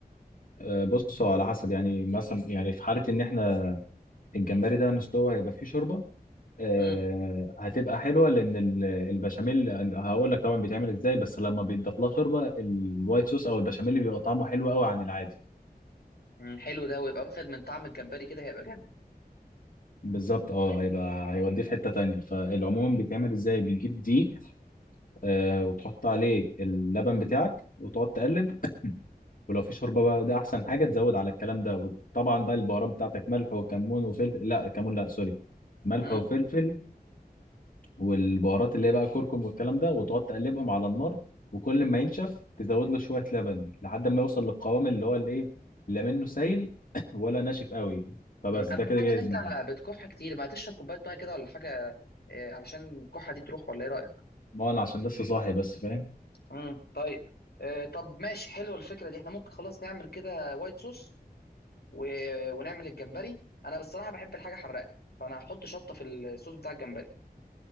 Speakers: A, on the left (about 55°); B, on the left (about 75°).
A: آه، بصوا على حسب يعني مثلا يعني في حاله ان احنا الجمبري ده نسلوه هيبقى فيه شوربه آه،
B: امم
A: هتبقى حلوه لان ال- البشاميل هقول لك طبعا بيتعمل ازاي بس لما بيتضاف لها شوربه الوايت صوص او البشاميل بيبقى طعمه حلو قوي عن العادي
B: حلو ده ويبقى واخد من طعم الجمبري كده هيبقى جامد
A: بالظبط اه هيبقى هيوديه في حته تانية فالعموم بيتعمل ازاي بتجيب دي آه وتحط عليه اللبن بتاعك وتقعد تقلب ولو في شوربه بقى ده احسن حاجه تزود على الكلام ده وطبعا بقى البهارات بتاعتك ملح وكمون وفلفل لا كمون لا سوري ملح
B: مم.
A: وفلفل والبهارات اللي هي بقى كركم والكلام ده وتقعد تقلبهم على النار وكل ما ينشف تزود له شوية لبن لحد ما يوصل للقوام اللي هو الايه لا منه سايل <clears throat> <coughs> ولا ناشف قوي فبس
B: مم. انا
A: ده كده
B: ملاحظ
A: جاهز
B: ان انت
A: معاك
B: بتكح كتير ما تشرب كوبايه ميه كده ولا حاجه آه، علشان الكحه دي تروح ولا ايه رايك
A: ما انا عشان لسه صاحي بس فاهم
B: امم طيب آه، طب ماشي حلوه الفكره دي احنا ممكن خلاص نعمل كده وايت صوص و... ونعمل الجمبري انا بصراحه بحب الحاجه حراقه فانا هحط شطه في الصوص بتاع الجمبري